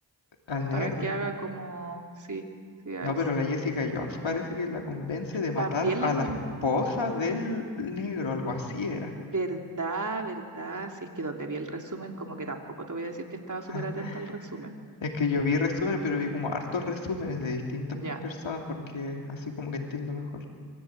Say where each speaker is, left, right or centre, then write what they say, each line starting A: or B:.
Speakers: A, on the left (about 85°); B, on the right (about 40°).
A: Al negro.
B: para que haga como, sí, sí, a
A: No,
B: ese.
A: pero la Jessica Jones parece que la convence de matar
B: También
A: a
B: la
A: la
B: con...
A: esposa del negro, algo así era.
B: Verdad, verdad, si es que donde vi el resumen, como que tampoco te voy a decir que estaba súper
A: <laughs>
B: atenta al resumen.
A: Es que yo vi resúmenes, pero vi como hartos resúmenes de distintas
B: Ya,
A: personas porque así como que entiendo mejor.